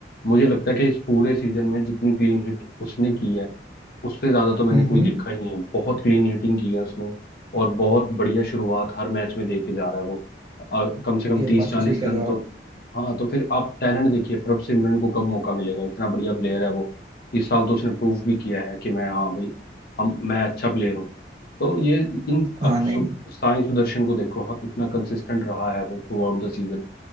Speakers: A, on the left; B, on the right.
A: मुझे लगता है कि इस पूरे सीजन में जितनी क्लीन हिट उसने की है उससे ज्यादा तो मैंने
B: हम्म
A: कोई
B: हम्म
A: देखा ही नहीं है बहुत क्लीन हिटिंग की है उसने और बहुत बढ़िया शुरुआत हर मैच में दे के जा रहा है वो अ, कम से कम
B: ये
A: तीस
B: बात
A: चालीस
B: तो सही कह
A: रन
B: रहे हो
A: तो
B: आप
A: हाँ तो फिर आप टैलेंट देखिए प्रभ सिमरन को कब मौका मिलेगा इतना बढ़िया प्लेयर है वो इस साल तो उसने प्रूव भी किया है कि मैं हाँ भाई हम मैं अच्छा प्लेयर हूँ तो ये इन
B: हाँ
A: अब सु-
B: नहीं
A: साई सुदर्शन को देखो ह- इतना कंसिस्टेंट रहा है वो थ्रू आउट द सीजन